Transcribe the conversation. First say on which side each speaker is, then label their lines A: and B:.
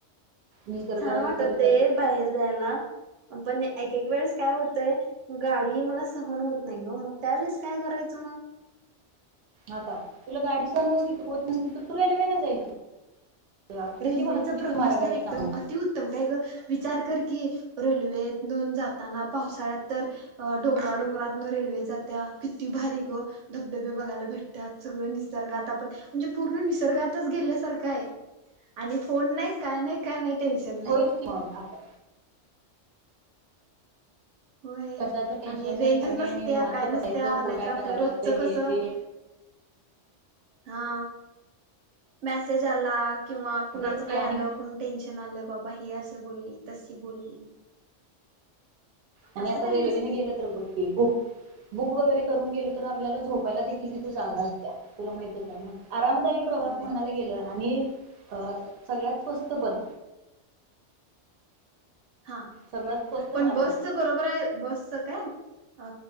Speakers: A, on the right (about 60°); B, on the right (about 80°).
A: निसर्गरम्य
B: छान वाटते
A: परिसर
B: ते बाहेर जायला पणये एक एक वेळेस काय होतंय गाडी मला सहन होत नाही हो मग त्यावेेळेस काय करायचं मग
A: आता तुला गाडी सहन होती होत नसली तर तू रेल्वेने जायचं. अगं
B: रेल्वेचा
A: किती वाहतुकीचे
B: प्रवास
A: मार्ग
B: तर
A: आहेत
B: एकदम
A: सांगू
B: अतिउत्तम काय ग विचार कर कि रेल्वून जाताना पावसाळ्यात तर डोंगराडोंगरातन रेल्वे जात्या किती भारी ग धबधबे बघायला भेटतात सगळ निसर्गात आपण म्हणजे पूर्ण निसर्गातच गेल्यासारखं आहे. आणि फोन नाही काय नाही काय नाहीक् टेनशन नाही
A: होयच की मग आता
B: होय
A: कशाच टेन्शन
B: आणि रेंजच
A: नाही काय नाही
B: नसत्या
A: आणि निवांत
B: काय नसत्या
A: पसायचं
B: नाहीतर
A: कोराय
B: आपलं
A: करायला
B: रोजचं
A: हे
B: कसं
A: ते
B: हा मेसेज आला किंवा कुणाचं
A: तेच की
B: काय
A: आणि
B: आलं कोण टेन्शन आलं, बाबा हे अस बोलली तशी बोलली.
A: आणि
B: असं
A: आता
B: काय
A: रेल्वेने
B: नसते
A: गेलं तर बघ खक बुक वगैरे करून गेल तर आपल्याला झोपायला देखील तिथे जागा असत्या तुला माहितच आहे मग आरामदायी प्रवास
B: होय
A: म्हणायला गेलं आणि अ सगळ्यात स्वस्त पण
B: हा
A: सगळ्यात स्वस्त
B: पण
A: मार्ग
B: बसच बरोबर आहे बसच काय अ